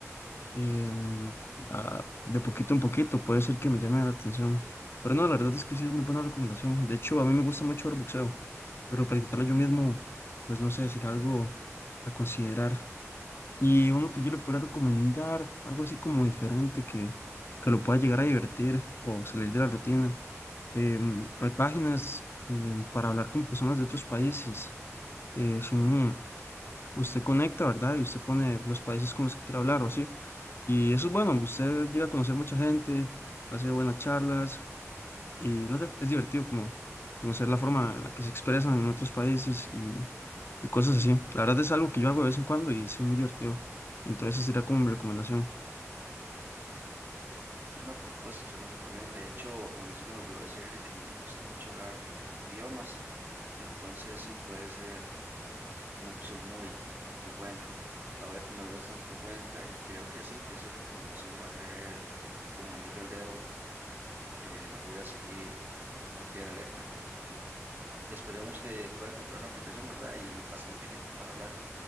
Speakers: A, on the left (about 50°); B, on the right (about 40°).
A: em, a- de poquito en poquito, puede ser que me llame la atención. Pero no, la verdad es que sí es muy buena recomendación. De hecho, a mí me gusta mucho ver boxeo, pero practicarlo yo mismo, pues no sé, sería algo a considerar. Y uno que yo le pueda recomendar, algo así como diferente, que, que lo pueda llegar a divertir o salir de la rutina em, hay páginas em, para hablar con personas de otros países. eh, son, usted conecta, ¿verdad? Y usted pone los países con los que quiere hablar o así. Y eso es bueno, usted llega a conocer mucha gente, hace buenas charlas y no sé, es divertido como conocer la forma en la que se expresan en otros países y, y cosas así. La verdad es algo que yo hago de vez en cuando y es muy divertido. Entonces, esa sería como mi recomendación.
B: Sí, no, por supuesto, suena súper bien. De hecho, a mí se me olvidó decirle que a mí me gusta mucho hablar eh, idiomas, entonces sí puede ser una opción muy, muy buena. La voy a tomar bastante en cuenta y creo que sí, esa recomendación va a caer como anillo al dedo. eh, la voy a seguir al pie de la letra. Esperemos que pueda encontrar una aplicación, ¿verdad? Y bastante gente para hablar.